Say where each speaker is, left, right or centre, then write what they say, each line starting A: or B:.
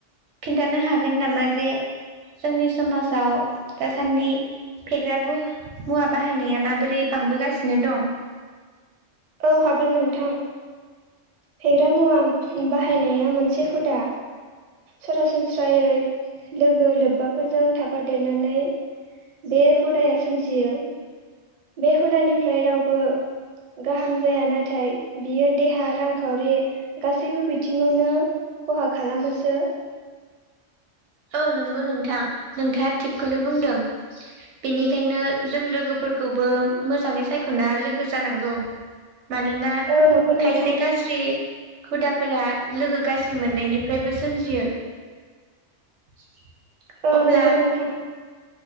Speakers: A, on the right (about 85°); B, on the right (about 55°).
A: खिन्थानो हागोन नामा जे जोंनि समाजाव दासान्दि फेग्रा बो मुवा बाहायनाया माबोरै बांबोगासिनो दं?
B: औ हागोन नोंथां। फेग्रा मुवा बाहायनाया मोनसे हुदा सरासनस्रायै लोगो लोब्बाफोरजों थाफादेरनानै बे हुदाया सोमजियो। बे हुदानिफ्राय रावबो गाहाम जाया नाथाय बियो देहा रांखावरि गासैबो बिथिङावनो खहा खालामोसो। <inaudible>
A: औ नोंगौ नोंथां नोंथाङा थिगखौनो बुंदों बेनिखायनो जों लोगोफोरखौबो मोजाङै सायख'ना लोगो जानांगौ। मानोना
B: औ नंगौ नोंथां
A: खायसे गाज्रि हुदा फोरा लोगो गाज्रि मोन नायनिफ्रायबो सोमजियो। <inaudible>
B: औ
A: अब्ला
B: नंगौ नोंथां